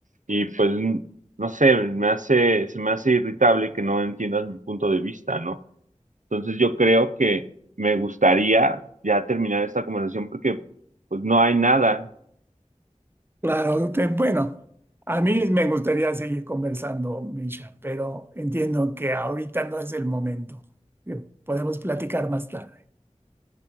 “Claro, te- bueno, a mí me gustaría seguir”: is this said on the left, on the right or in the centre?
Right